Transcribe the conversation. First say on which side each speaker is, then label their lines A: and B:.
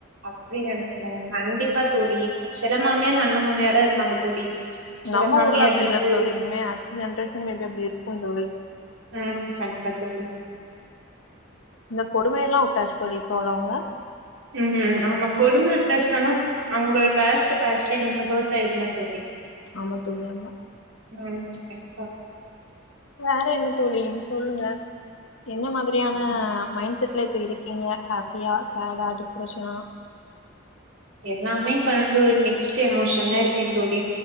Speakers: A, on the right; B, on the left.
A: அப்டி நெனைக்கிற கண்டிப்பா தோழி செல மாமியார் நல்ல மாமியார இருப்பாங்க தோழி சில
B: நம்ம
A: மாமியார்
B: ஊர்ல அப்டி
A: வந்து
B: இல்லத் தோழி இனிமே அடுத்த ஜென்ரேஷன் மேபி அப்டி இருக்கு தோழி
A: ம் கண்டிப்பா தோழி
B: இந்த கொடுமையெல்லா உட்டாச்சு தோழி இப்ப உள்ளவங்க
A: ம் ம் ஆமா கொடும விட்டாச்சுனாலு அவுங்களோ பேஸ்ட பேஸ்டே நமக்கு ஹேட் ஆய்டுமே தோழி
B: ஆமா தோழி ஆமா
A: ம் ம் கண்டிப்பா
B: வேற என்ன தோழி நீங்க சொல்லுங்க என்ன மாதிரியான
A: ம்
B: மைண்ட் செட்ல இப்ப இருக்கீங்க ஹாப்பியா சேடா டிப்ரெஷனா
A: எல்லாமே கலந்து ஒரு மிக்ஸ்ட்டு எமோஷன்ல இருக்கே தோழி